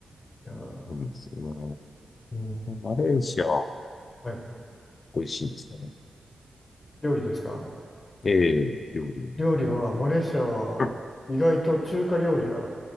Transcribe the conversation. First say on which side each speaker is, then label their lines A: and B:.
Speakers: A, on the left; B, on the left.
A: い。いやー、
B: そうなんですよ
A: うん。
B: ね。マレーシアは
A: はい。
B: 美味しいんですかね。
A: 料理ですか
B: ええ、料理。う
A: 料理は、マレーシアは意外と中華料理が
B: ん